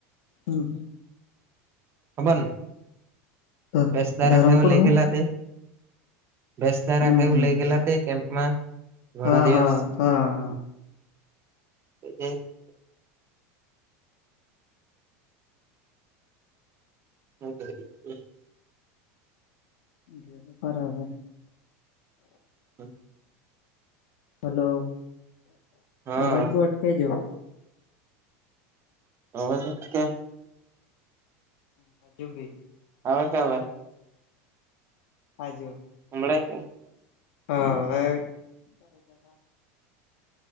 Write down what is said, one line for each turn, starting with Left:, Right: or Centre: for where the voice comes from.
Left: હમ
Right: હબને
Left: કા
Right: વસ દ્વાાર
Left: ધરમપુર
Right: કે હ લઈગલા
Left: હું
Right: તે બેસ ધારા
Left: હમ
Right: કે એવું
Left: હમ
Right: લઇ ગયેલા તે કેમ્પમાં ઘણા
Left: હા
Right: દિવસ
Left: હા હા
Right: તો જ હ <inaudible>
Left: ગ તો ખરાબે <inaudible>
Right: હ
Left: હલો
Right: હા
Left: અવાજ બો અટ કેજો.
Right: તો હજ કે.
Left: હમ હજુ ભી.
Right: હવે ક આવે.
Left: પાજો.
Right: હમળ કે.
Left: હા હવે જરા જરા.